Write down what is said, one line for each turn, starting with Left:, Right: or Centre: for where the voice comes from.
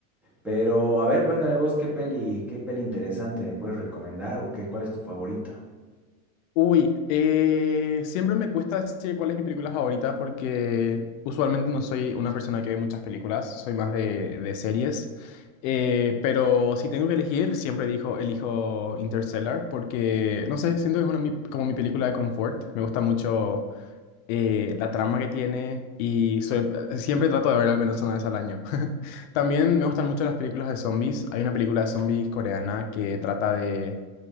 Centre: Pero a ver, cuéntame vos qué peli, qué peli interesante me puedes recomendar o qué, cuál es tu favorita.
Left: Uy, eh, siempre me cuesta decir cuál es mi película favorita porque usualmente no soy una persona que ve muchas películas, soy más de, de series. Eh, pero si tengo que elegir, siempre dijo, elijo Interstellar porque, no sé, siento que es una, de mi- como mi película de confort. Me gusta mucho eh, la trama que tiene y soy, siempre trato de ver al menos una vez al año. <laughs> También me gustan mucho las películas de zombies. Hay una película de zombies coreana que trata de